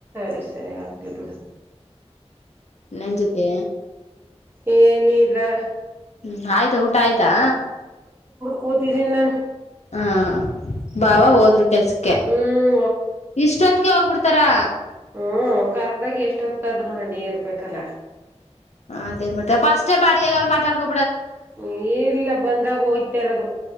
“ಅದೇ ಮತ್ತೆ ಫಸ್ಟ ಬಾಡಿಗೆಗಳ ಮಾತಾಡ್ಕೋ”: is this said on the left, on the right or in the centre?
Left